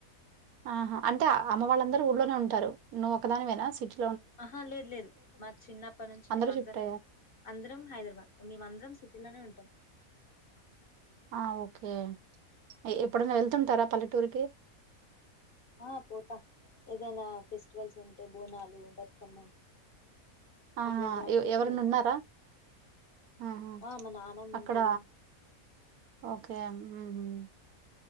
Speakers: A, on the right; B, on the left.
A: ఆహా అంటే ఆ అమ్మ వాళ్ళందరూ ఊళ్ళోనే ఉంటారు. నువ్వు ఒక్కదానివేనా సిటీ
B: ఆహా లేదు లేదు మా చిన్నప్పనించి
A: అందరూ
B: మేం అందరం
A: షిఫ్ట్ అయ్యారు
B: అందరం హైదరాబాద్ మేమందరం సిటీలోనే ఉంటం
A: ఆ ఓకే ఎ ఎప్పుడన్నా వెళ్తుంటారా పల్లెటూరుకి
B: ఆ పోతా ఏదైనా ఫెస్టివల్స్ ఉంటే బోనాలు బతుకమ్మ
A: ఆహా
B: అట్లాంటి వాటికైతే
A: ఎ ఎవరన్ననున్నారా
B: పోతా
A: ఆహా
B: ఆ మా నానమ్మ
A: అక్కడ
B: ఉంటది
A: ఓకే ఉహ్